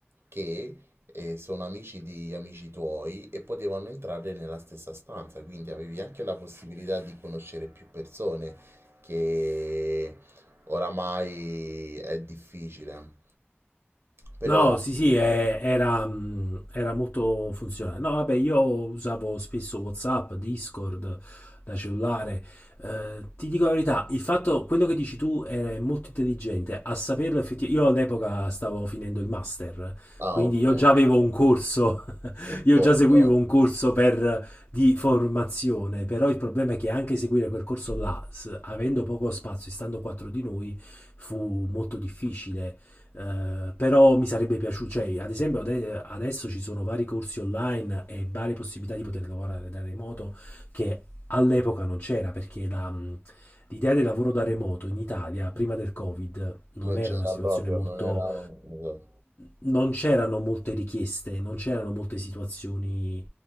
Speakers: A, on the right; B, on the left.
A: che eh, sono amici di amici tuoi e potevano entrare nella stessa stanza, quindi avevi anche la possibilità di conoscere più persone, che oramai è difficile. Però,
B: No, sì, sì, è- era, mm, era molto funzionale. No, vabbè, io usavo spesso WhatsApp, Discord da cellulare. Eh, ti dico la verità, il fatto, quello che dici tu era molto intelligente. A saperlo effettivamente, io all'epoca stavo finendo il master,
A: No, ah,
B: quindi
A: ok,
B: io già avevo un corso
A: in
B: io
A: corto
B: già seguivo un corso per, di formazione, però il problema è che anche seguire quel corso là, s- avendo poco spazio e stando quattro di noi, fu molto difficile. Eh, però mi sarebbe piaciuto, cioè, ad esempio, ade- adesso ci sono vari corsi online e varie possibilità di poter lavorare da remoto che all'epoca non c'era perché la, mh, l'idea del lavoro da remoto in Italia prima del Covid non
A: non
B: era
A: c'era
B: una situazione
A: proprio,
B: molto
A: non era esatto,
B: non c'erano molte richieste, non c'erano molte situazioni,